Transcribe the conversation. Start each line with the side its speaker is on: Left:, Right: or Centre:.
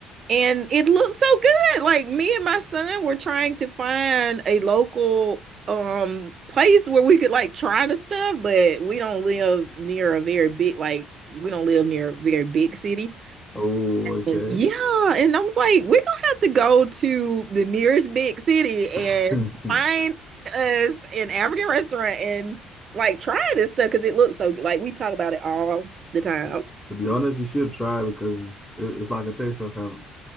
Right: And it looked so good. Like me and my son were trying to find a local um place where we could like try the stuff, but we don't live near a very big like we don't live near a very big city.
Centre: Oh, okay.
Right: And yeah, and I was like, we're gonna have to go to the nearest big city and
Centre: <laughs>
Right: find us an African restaurant and like try this stuff because it looks so like we talk about it all the time.
Centre: To, to be honest, you should try because it- it's like a taste of heaven.